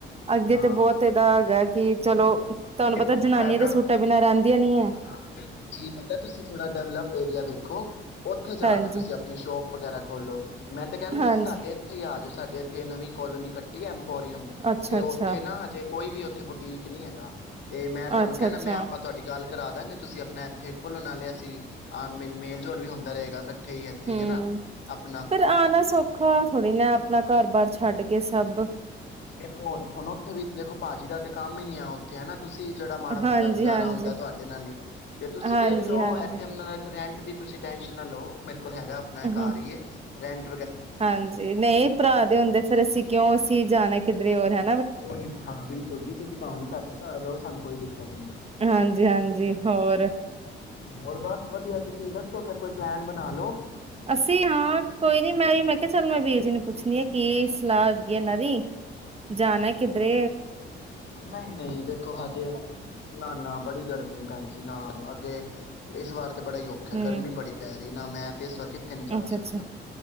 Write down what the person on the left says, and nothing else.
ਹਾਂ
ਦੇਖੋ
ਥੋੜਾ
ਨਾ
ਹਾਂ ਬਿਲਕੁਲ ਜੀ ਪਤਾ ਤੁਸੀਂ ਥੋੜਾ ਡਿਵਲਪ ਏਰੀਆ ਵੇਖੋ, ਉੱਥੇ ਜਾ
ਕੇ ਤੁਸੀਂ ਆਪਣੀ ਸ਼ੋਪ ਵਗੈਰਾ ਖੋਲੋ ਮੈਂ ਤਾਂ ਕਹਿੰਦਾ ਤੁਸੀਂ
ਸਾਡੇ ਇੱਥੇ ਹੀ ਆ ਜਾਓ ਸਾਡੇ ਇੱਥੇ ਨਵੀ ਕੋ ਕਲੋਨੀ ਡੀ ਐੰਪੋਰੀਅਮ,
ਤੇ ਔਥੇ
ਨਾ ਹਜੇ ਕੋਈ ਵੀ ਉੱਥੇ ਬੁਟੀਕ ਨਹੀਂੀ ਹੈਗਾ ਤੇ ਮੈਂ ਤੁਹਾਨੂੰ
ਕੇਹਾ
ਨਾ ਮੈਂ ਆਪਾਂ ਤੁਹਾਡੀ ਗੱਲ ਕਰਾ ਦਾਂਗੇ ਤੁਸੀਂ ਆਪਣਾ ਇੱਥੇ ਖੋਲੋ ਨਾਲੇ ਅਸੀਂ ਆ ਮੇ ਮੇਲ ਜੋਲ ਵੀ ਹੁੰਦਾ ਰਹੇਗਾ ਹੀ ਇੱਥੇ
ਹੀ ਹਨਾ ਆਪਣਾ
ਦੇਖੋ ਹੁਣ ਉੱਥੇ ਵੀ ਦੇਖੋ ਭਾਜੀ ਦਾ ਤੇ ਕੰਮ ਹੀ ਨੀ ਐ ਉੱਥੇ, ਹੈਨਾ ਤੁਸੀਂ ਜਿਹੜਾ ਮਾੜਾ ਮੋਟਾ
ਗੁਜ਼ਾਰਾ
ਹੁੰਦਾ ਤੁਹਾਡੇ ਨਾਲ ਹੀ ਤੇ ਤੁਸੀਂ
ਦੇਖ ਲੋ
ਇੱਥੇ ਮਤਲਬ ਰੈਂਟ ਦੀ ਤੁਸੀਂ ਟੈਨਸ਼ਨ ਨਾ ਲਓ, ਮੇਰੇ ਬਿਲਕੁਲ ਹੈਗਾ, ਆਪਣਾ ਐ
ਘਰ ਹੀ ਐ ਰ
ਉਹੀ ਹਾਂ ਬਿਲਕੁਲ ਜੀ, ਤੁਸੀਂ ਭਾਵੇ ਜੀ ਸਾਡੇ ਘਰ ਰਹੋ ਸਾਨੂੰ ਕੋਈ ਦਿੱਕਤ ਨਹੀ,
ਹੋਰ ਬਸ ਵਧੀਆ ਤੁਸੀਂ ਦੱਸੋ ਫਿਰ ਕੋਈ ਪਲੈਨ ਬਣਾ ਲ ਲੋ
ਨਹੀਂ ਨਹੀਂ ਦੇਖੋ ਹਜੇ, ਨਾ ਨਾ ਬੜੀ ਗਰਮੀ ਪੈਣਜੀ ਨਾ ਅੱਗੇ ਇਸ ਵਾਰ ਬੜਾ ਹੀ ਔਖਾ ਹੈ,
ਗਰਮੀ ਬੜੀ ਪੈ ਇਨਾ ਮੈਂ ਤੇ ਇਸ ਵਾਰ ਕਿੱਤੇ ਨਹੀ ਜਾ
ਸਕਦਾ